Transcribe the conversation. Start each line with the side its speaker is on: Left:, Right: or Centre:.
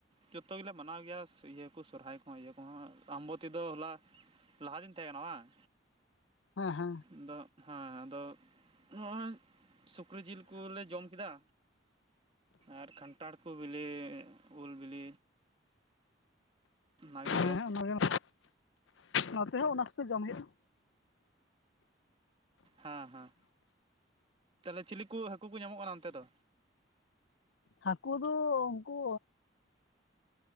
Right: ᱡᱚᱛᱚ ᱜᱮᱞᱮ ᱢᱟᱱᱟᱣ ᱜᱮᱭᱟ ᱤᱭᱟᱹ ᱠᱚ ᱥᱚᱨᱚᱦᱟᱭ ᱠᱚᱦᱚᱸ ᱤᱭᱟᱹ ᱠᱚᱦᱚᱸ ᱟᱢᱵᱚᱛᱤ ᱫᱚ ᱦᱚᱞᱟ, ᱞᱟᱦᱟ ᱫᱤᱱ ᱛᱟᱦᱮᱸ ᱠᱟᱱᱟ ᱵᱟᱝ?
Left: ᱦᱮᱸ ᱦᱮᱸ
Right: ᱟᱫᱚ ᱦᱮᱸ ᱟᱫᱚ ᱱᱚᱜᱼᱚᱭ ᱥᱩᱠᱨᱤ ᱡᱤᱞ ᱠᱚᱞᱮ ᱡᱚᱢ ᱠᱮᱫᱟ᱾ ᱟᱨ ᱠᱟᱱᱴᱷᱟᱲ ᱠᱚ ᱵᱮᱞᱮ ᱩᱞ ᱵᱤᱞᱤ᱾ ᱚᱱᱟ ᱜᱮ
Left: ᱦᱮᱸ ᱚᱱᱟᱜᱮ ᱱᱚᱛᱮ ᱦᱚᱸ ᱚᱱᱟ ᱠᱚᱜᱮ ᱡᱚᱢ ᱦᱳᱭᱳᱜᱼᱟ᱾
Right: ᱦᱮᱸ ᱦᱮᱸ ᱛᱟᱦᱚᱞᱮ ᱪᱤᱞᱤ ᱠᱚ ᱦᱟᱹᱠᱩ ᱠᱚ ᱧᱟᱢᱚᱜ ᱠᱟᱱᱟ ᱚᱱᱛᱮ ᱫᱚ?
Left: ᱦᱟᱹᱠᱩ ᱫᱚ ᱩᱱᱠᱩ